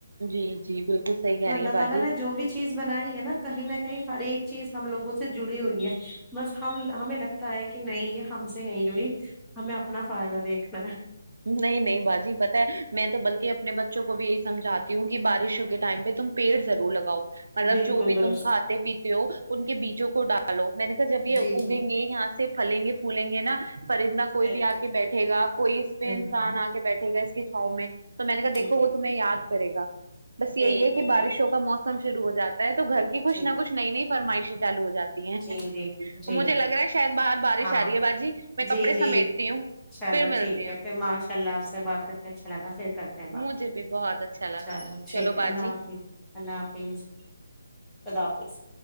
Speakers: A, on the right; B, in the centre.
A: جی جی بالکل صحیح کہہ
B: تو اللہ
A: رہی ہیں
B: تعالی
A: باجی
B: نے جو بھی چیز بنائی ہے نا کہیں نہ کہیں ہر ایک چیز ہم لوگوں سے جڑی ہوئی ہے بس ہم ہمیں لگتا ہے کہ کہ نہیں یہ ہم سے نہیں جڑی ہمیں اپنا فائدہ دیکھنا ہے
A: نہیں نہیں باجی پتہ ہے میں تو بلکہ اپنے بچوں کو بھی یہی سمجھاتی ہوں کہ بارشوں کے ٹائم پہ تم پیڑ ضرور لگاؤ مطلب
B: بالکل
A: جو بھی
B: درست
A: تم کھاتے پیتے ہو ان کے بیجوں کو ڈالو میں نے کہا جب یہ
B: جی
A: اگیں
B: جی
A: گے یہاں سے پھلیں گے پھولیں گے نا پرندہ
B: بالکل
A: کوئی بھی آ کے بیٹھے گا کوئی پ
B: بالکل
A: انسان آ کے بیٹھے گا اس کی چھاؤ میں تو میں نے کہا
B: جی
A: دھو
B: جی
A: وہ تمہیں یاد کرے گا بس یہی
B: بالکل
A: ہے کہ بارشوں
B: بالکل
A: کا موسم شروع ہو جاتا ہے تو گھر کی کچھ
B: جی
A: نہ کچھ نئی نئی فرمائشیں چالو ہو جاتی ہیں
B: جی جی جی
A: مجھے لگ رہا ہے شاید باہر بارش
B: ہاں
A: آ رہی ہے باجی میں
B: جی
A: کپڑے
B: جی
A: سمیٹتی ہوں
B: چلو
A: پھر ملتی
B: ٹھیک ہے
A: ہوں
B: پھر ماشاء اللہ آپ سے بات کر کے اچھا لگا پھر کب
A: مجھے بھی بہت اچھا لگا
B: چلو ٹھیک ہے
A: باجی
B: اللہ حافظ اللہ حافظ خدافظ